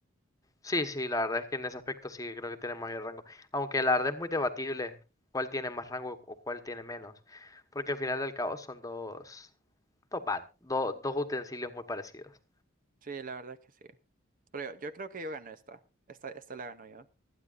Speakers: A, on the left (about 15°); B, on the right (about 40°).
A: Sí, sí, la verdad es que en ese aspecto sí creo que tiene mayor rango. Aunque la verdad es muy debatible cuál tiene más rango o cuál tiene menos. Porque al final del cabo son dos, dos, bat- do- dos utensilios muy parecidos.
B: Sí, la verdad es que sí. Pero yo, yo creo que yo gano esta. Esta, esta la gano yo.